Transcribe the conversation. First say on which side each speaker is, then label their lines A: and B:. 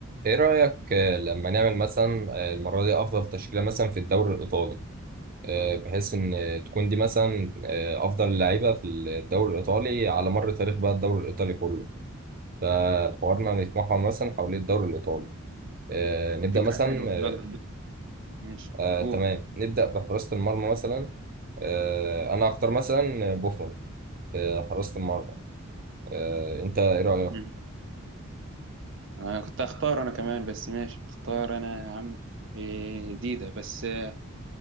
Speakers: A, on the right; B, on the right.
A: ايه رأيك آه، لما نعمل مثلا آه، المرة دي افضل تشكيلة مثلا في الدوري الايطالي آه، بحيث ان آه، تكون دي مثلا آه، افضل لعيبة في الدوري الايطالي على مر تاريخ بقى الدوري الايطالي كله فحوارنا نتمحور مثلا حوالين الدوري الايطالي آه، نبدأ
B: فكرة
A: مثلا
B: حلوة
A: آه،
B: يلا ماشي
A: آه،
B: قول
A: تمام نبدأ بحراسة المرمى مثلا آه، انا هختار مثلا بوفون في حراسة المرمى آه، انت ايه رأيك
B: مم. أنا كنت هختار أنا كمان بس ماشي هختار أنا يا عم إيه، جديدة بس آه،